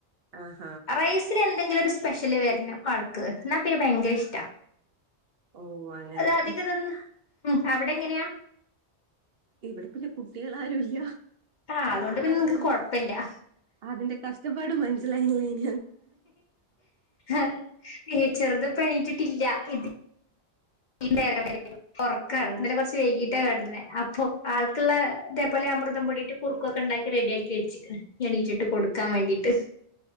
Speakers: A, on the right; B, on the left.
A: ആഹ്
B: റൈസില് എന്തെങ്കിലും ഒരു സ്പെഷ്യല് വരണം ആൾക്ക് എന്നാ പിന്നെ ഭയങ്കര ഇഷ്ടാ
A: ഓഹ് അങ്ങനെ
B: അത് അധികം തിന്ന ഉം അവിടെ എങ്ങനെയാ
A: ഇവിടെ പിന്നെ കുട്ടികൾ ആരുംല്ല
B: ആഹ് പിന്നെ
A: അതുകൊണ്ട്
B: നിങ്ങക്ക് കൊഴപ്പല്ല
A: അതിന്റെ കഷ്ടപ്പാട് മനസ്സിലാ <unintelligible>
B: ആഹ് ചെറുതിപ്പോ എണീറ്റിട്ടില്ല ഇത് ഈ നേരം വരെയും ഒറക്കാണ്.
A: ഓ
B: ഇന്നലെ കുറച്ച് വൈകീട്ടാ കിടന്ന് അപ്പൊ ആൾക്ക്ള്ള ഇതേപോലെ അമൃതം പൊടിയിട്ട് കുറുക്കൊക്കെ ഉണ്ടാക്കി റെഡിയാക്കി വെച്ച്ക്ക്ണ് എണീറ്റിട്ട് കൊടു കൊടുക്കാൻ വേണ്ടിട്ട്